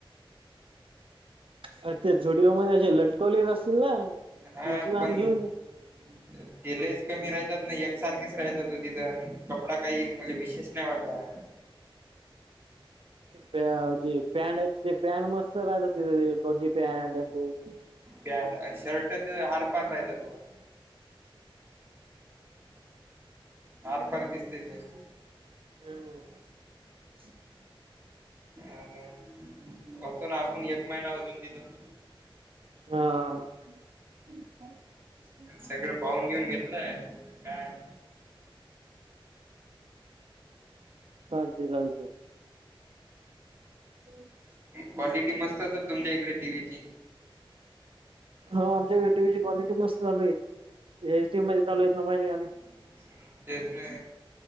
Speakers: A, on the right; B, on the right.
A: सध्या झुडिओमध्ये असे लटकवले चं असतील ना
B: हा
A: उचल आणि
B: पण
A: घेऊन ये.
B: <unintelligible> ते लेस कमी रायतात ना एकसारखेच राहतात ओ तिथं कपडा काही मला विशेष नाही वाटला.
A: ते पॅन्ड हाहीत ते पॅन्ड मस्त राहता तिथ बगी पॅन्ट आणि ते
B: पॅट शर्टच तिद आर पार नाहीेत हायत बुआ आरपार दिसते त्या
A: अम्म
B: आ का हो पण आपण एक महिना होतो तिथं
A: हा
B: सगळं पाहून घेऊन घेतलंय काय
A: चालते चालत <unintelligible>
B: क्वालिटी मस्त असेल तुमच्या इकडे टीव्हीची
A: हो आमच्या इकडे टीव्ही ची क्वालिटी मस्त, चालू ये एचडी मध्ये चालूय ना पाहि नाय आणि-
B: हं तेच ना